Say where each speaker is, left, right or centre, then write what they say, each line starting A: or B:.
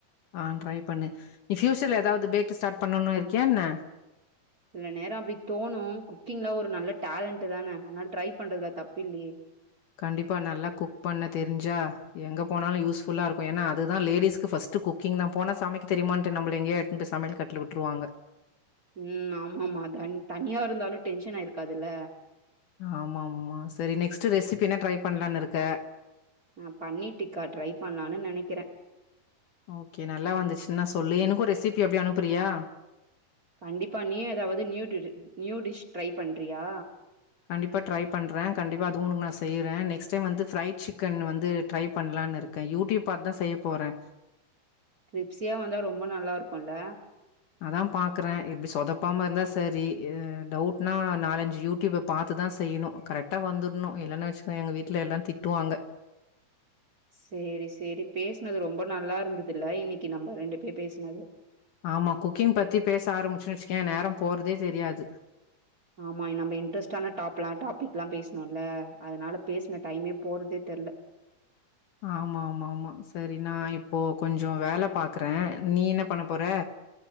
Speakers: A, on the left (about 65°); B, on the right (about 30°).
A: ஆஹ் ட்ரை பண்ணு நீ ஃப்யூச்சர்ல ஏதாவது பேக் ஸ்டார்ட் பண்ணணும்னு இருக்கியா என்ன
B: சில நேரோ அப்டி தோணு குக்கிங்ல ஒரு நல்ல டேலண்ட் தானே ஆனால ட்ரை பண்றதுல தப்பில்லையே
A: கண்டிப்பா நல்லா குக் பண்ண தெரிஞ்சா எங்கே போனாலு யூஸ் ஃபுல்லா இருக்கு ஏன்னா அதுதா லேடிஸ்க்கு ஃபஸ்ட் குக்கிங் தா போனா சமைக்க தெரியுமான்ட்டு நம்மள எங்கயா எடுத்துன்னு போய் சமையல் கட்டுல விட்டுருவாங்க
B: உம் ஆமா ஆமா த தனியா இருந்தாலு டென்ஷனாயிருக்காதுல்ல
A: ஆமா ஆமா சரி நெக்ஸ்ட் ரெசிபி என்னா ட்ரை பண்ணலான்னு இருக்க
B: நா பன்னீர் டிக்கா ட்ரை பண்ணலான்னு நினைக்கிறே
A: ஓகே நல்லா வந்துச்சுனா சொல்லு எனக்கு ரெசிபி அப்டியே அனுப்றியா
B: கண்டிப்பா நீயு ஏதாவது நியூ நியூ டிஷ் ட்ரை பண்றியா
A: கண்டிப்பா ட்ரை பண்றே கண்டிப்பா அதுவு உனக்கு நா செய்றே நெக்ஸ்ட் டைம் வந்து ஃப்ரைட் சிக்கன் வந்து ட்ரை பண்ணலான்னு இருக் கே யூடியூப் பாத்து தா செய்ய போறே
B: கிரிப்சியா வந்தா ரொம்ப நல்லா இருக்குல்ல
A: அதா பாக்குறே எப்டி சொதப்பாம இருந்தா சரி டவுட்னா நாலஞ்சு யூடியூப பாத்துதா செய்யணு கரெக்டா வந்துரணு இல்லன்னு வச்சுக்கோயே எங்க வீட்டுல எல்லா திட்டுவாங்க
B: சேரி சேரி பேசுனது ரொம்ப நல்லா இருந்ததுல இன்னைக்கு நம்ம ரெண்டு பேர் பேசுனது
A: ஆமா குக்கிங் பத்தி பேச ஆரம்பிச்சன்னு வச்சுக்கயே நேரோ போறதே தெரியாது
B: ஆமா நம்ப இன்ட்ரெஸ்ட்டான டாப்லா டாபிக்லா பேசுனோல அதனால பேசின டைமே போறதே தெர்ல
A: ஆமா ஆமா ஆமா சரி நா இப்போ கொஞ்சோ வேல பாக்குறே நீ என்ன பண்ண போற